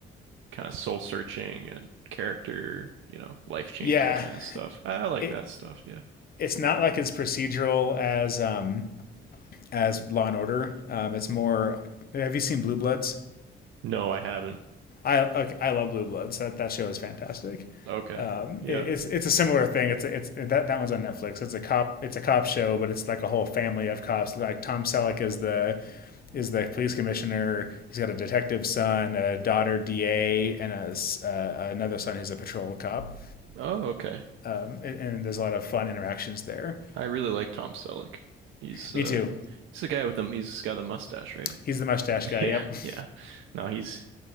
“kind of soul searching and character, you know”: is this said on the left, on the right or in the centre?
Right